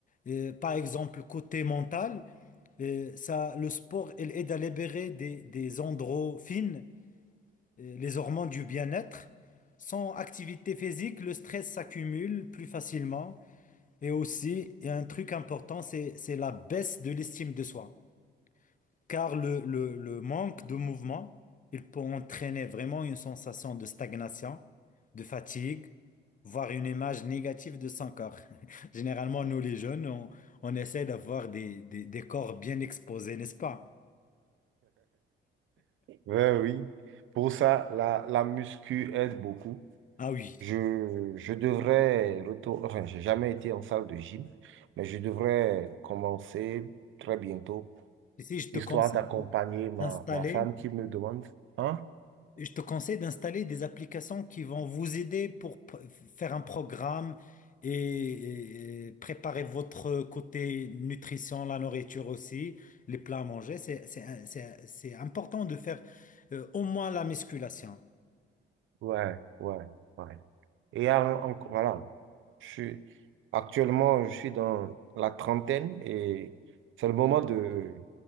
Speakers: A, on the left (about 40°); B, on the right (about 80°).
A: Euh, par exemple, côté mental, euh, ça, le sport, il aide à libérer des, des endorphines, euh, les hormones du bien-être. Sans activité physique, le stress s'accumule plus facilement. Et aussi, il y a un truc important, c'est, c'est la baisse de l'estime de soi. Car le, le- le manque de mouvement, il peut entraîner vraiment une sensation de stagnation, de fatigue, voire une image négative de son corps. <laughs> Généralement, nous les jeunes, on, on essaie d'avoir des, des- des corps bien exposés, n'est-ce pas?
B: Ouais, oui. Pour ça, la, la muscu aide beaucoup.
A: Ah oui.
B: Je, je devrais retourner, enfin, j'ai jamais été en salle de gym, mais je devrais commencer très bientôt,
A: Ici, je te
B: histoire
A: conseille
B: d'accompagner
A: de-
B: ma,
A: d'installer
B: ma femme qui me demande. Hein?
A: Je te conseille d'installer des applications qui vont vous aider pour p- faire un programme et, et- et préparer votre côté nutrition, la nourriture aussi, les plats à manger. C'est, c'est, un- c'est c'est important de faire euh, au moins la musculation.
B: Ouais, ouais, ouais. Et alors, en- voilà, je suis, actuellement, je suis dans la trentaine et c'est le moment de